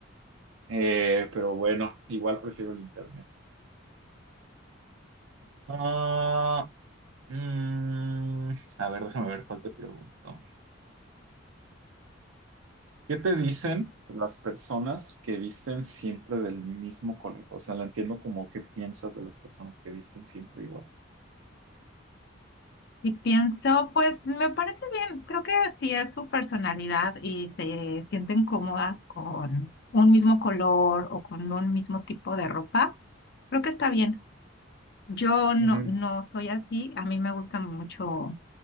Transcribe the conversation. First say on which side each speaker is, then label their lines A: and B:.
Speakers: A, on the right (about 80°); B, on the left (about 55°).
A: Eh, pero bueno, igual prefiero el internet. Ah, mm, a ver, déjame ver cuál te pregunto. ¿Qué te dicen las personas que visten siempre del mismo color? O sea, la entiendo como qué piensas de las personas que visten siempre igual.
B: Y pienso, pues me parece bien, creo que si es su personalidad y se sienten cómodas con un mismo color o con un mismo tipo de ropa, creo que está bien. Yo no,
A: Ujú.
B: no soy así, a mí me gusta mucho